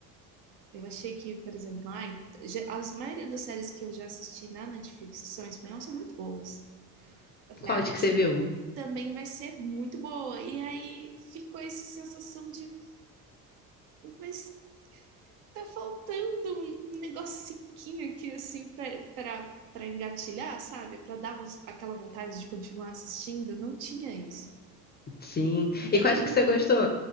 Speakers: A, on the right; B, on the left.
A: Eu achei que, por exemplo, ai, já- as maioria das séries que eu já assisti na Netflix que são em espanhol são muito boas. Eu falei,
B: <laughs> Qual de
A: ah,
B: que
A: essa
B: você viu?
A: também vai ser muito boa. E aí ficou essa sensação de, mas tá faltando um um negocinho aqui, assim, pra, pra, pra engatilhar, sabe? Pra dar vo- aquela vontade de continuar assistindo. Não tinha isso.
B: Sim.
A: Tem
B: E quais que
A: uma,
B: você gostou?